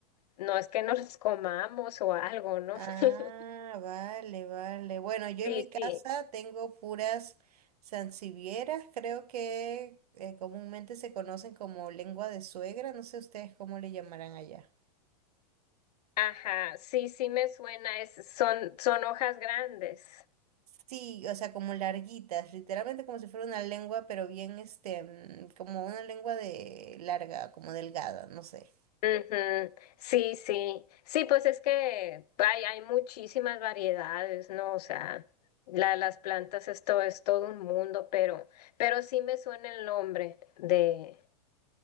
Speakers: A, on the left; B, on the right.
A: no es que nos <laughs> comamos o algo, ¿no?
B: Ah,
A: <laughs>
B: vale, vale. Bueno, yo
A: Sí,
B: en mi casa
A: sí.
B: tengo puras sansevieras, creo que eh, comúnmente se conocen como lengua de suegra, no sé ustedes cómo le llamarán allá.
A: Ajá, sí, sí me suena, es, son, son hojas grandes.
B: Sí, o sea, como larguitas, literalmente como si fuera una lengua, pero bien, este, mm, como una lengua de larga, como delgada, no sé.
A: Ujú, Sí, sí, sí, pues es que hay, hay muchísimas variedades, ¿no? O sea, la, las plantas esto es todo un mundo, pero, pero sí me suena el nombre de,